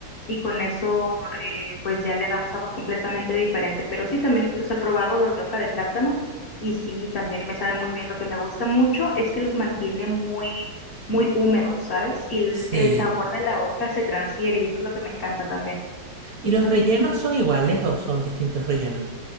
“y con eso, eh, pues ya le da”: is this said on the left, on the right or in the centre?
Left